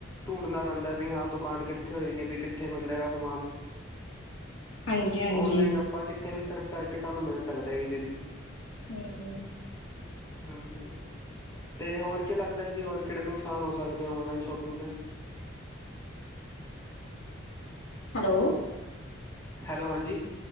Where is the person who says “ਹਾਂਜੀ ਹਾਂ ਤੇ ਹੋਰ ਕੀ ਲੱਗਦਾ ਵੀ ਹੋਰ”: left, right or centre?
Left